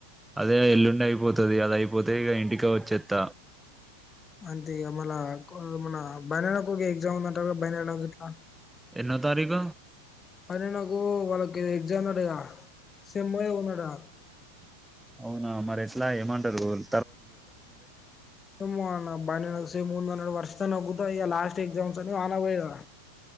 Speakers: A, in the centre; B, on the left.
A: అదే ఎల్లుండి అయిపోతది. అది అయిపోతే ఇగ ఇంటికె వచ్చేత్త
B: అంతేగా మల్ల మన బన ఒక ఎగ్జామ్ ఉందట్టు బన ఇట్లా
A: ఎన్న తారీఖ
B: పని నాకు వాళ్ళకి ఎగ్జామ్న్నాడుద సమ్ ఉన్నాడా
A: అవునా మరి ఎట్లా ఏమంటారు గోల్
B: మన బని సే మూ ఇడు వర్ష తాగుతుా ఇ లాస్ట్ ఎక్జామ్స్ అని ఆన్గయదా